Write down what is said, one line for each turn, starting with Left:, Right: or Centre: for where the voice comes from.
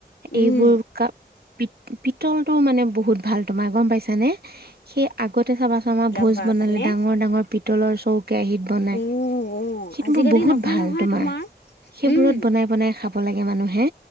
Left: উম
Right: এইবোৰ ক পিতলটোও মানে বহুত ভাল তোমাৰ গম পাইছানে সেই আগতে চাবাচোন আমাৰ
Left: বিলাক
Right: ভোজ
Left: হোৱাৰ
Right: বনালে
Left: কাৰণে
Right: ডাঙৰ ডাঙৰ পিতলৰ চৌ - কেৰাহীত বনাই
Left: উ অ
Right: সেইটো
Left: আজিকালি
Right: মোৰ বহুত
Left: নহয়
Right: ভাল
Left: নহয়
Right: তোমাৰ সেইবোৰত
Left: উম
Right: বনাই বনাই খাব। খাব লাগে মানুহে।